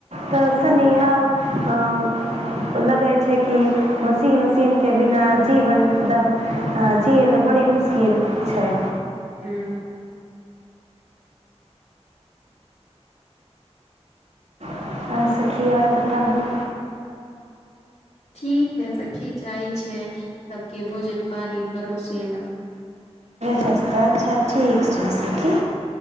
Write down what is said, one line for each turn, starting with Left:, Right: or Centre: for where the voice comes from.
Right: तऽ
Left: ह
Right: तनि आब लगे छै कि मशीन उसीन के बिना जीवन दम जिय ल बड़ी मुश्किल छै
Left: हूँ
Right: और सखि अहाँ सखी और बताबू
Left: ठीक छै सखी जाइ छै सभ के भोजन पड़ी पड़ोसे लऽ
Right: वस तऽ अच्छा ठीक छै सेखी